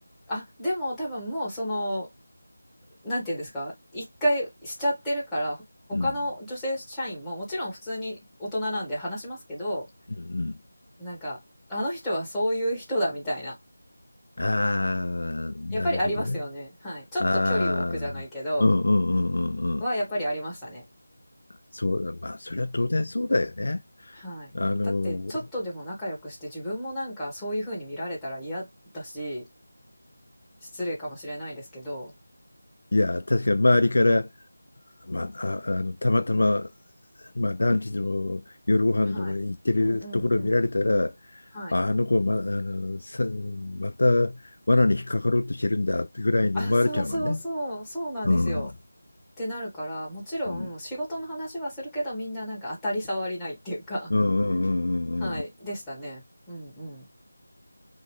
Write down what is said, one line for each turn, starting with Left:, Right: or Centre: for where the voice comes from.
Centre: あ、でも多分もうその、なんていうんですか、一回しちゃってるから、他の女性社員ももちろん普通に大人なんで話しますけど、
Left: うんうんう
Centre: なんか、あの人はそういう人だみたいな。
Left: ん、ああ、
Centre: やっぱりありますよね。
Left: なるほどね。
Centre: はい。ちょっと距離を置くじゃないけど、
Left: ああ、うんうんうんうんうん。
Centre: はやっぱりありましたね。
Left: そうまあ、それは当然そうだよね。
Centre: はい。
Left: あの、
Centre: だって、ちょっとでも仲良くして自分もなんかそういう風に見られたら嫌だし、失礼かもしれないですけど、
Left: いや、確かに周りから、まあ、あ、あの、たまたままあ、ランチでも夜ご飯でも行ってるところを見られたら、
Centre: はい。うんうんうん。はい。
Left: ああの子ま、あのさまた罠に引っかかろうとしてるんだってぐらいに思われちゃうもんね。
Centre: あ、そうそうそう、そうなんですよ。
Left: うん。
Centre: ってなるから、もちろん仕事の話はするけど、
Left: うん。
Centre: みんななんか当たり障りないっていうか、
Left: うんうんうんうんうんうん
Centre: はい、でしたね。うんうん。